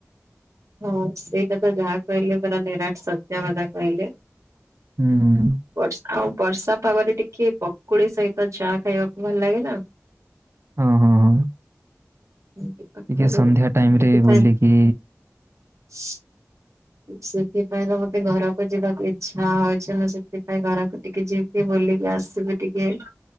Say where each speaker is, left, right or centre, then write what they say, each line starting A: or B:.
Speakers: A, on the right; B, on the right.
A: ହଁ ସେଇଟା ତ ଯାହା କହିଲେ ପୁରା ନିରାଟ ସତ୍ୟ କଥା କହିଲେ।
B: ହୁଁ।
A: ବର୍ଷା ଆଉ ବର୍ଷା ପାଗରେ ଟିକେ ପକୁଡି ସହିତ ଚା ଖାଇବାକୁ ଭଲ ଲାଗେ ନା।
B: ହଁ।
A: <unintelligible>
B: ଟିକେ ସନ୍ଧ୍ୟା ଟାଇମ୍
A: ସେଥିପାଇଁ
B: ରେ ବୁଲିକି
A: <inaudible> ସେଥିପାଇଁ ତ ମତେ ଘରକୁ ଯିବାକୁ ଇଚ୍ଛା ହଉଚି। ମୁଁ ସେଥିପାଇଁ ଘରକୁ ଟିକେ ଯି ଟିକେ ବୁଲିକି ଆସିବି ଟିକେ।